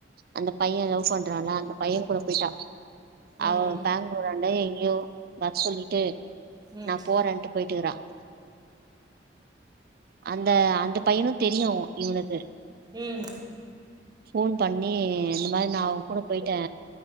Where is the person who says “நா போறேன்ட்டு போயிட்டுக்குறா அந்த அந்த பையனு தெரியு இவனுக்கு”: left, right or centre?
Right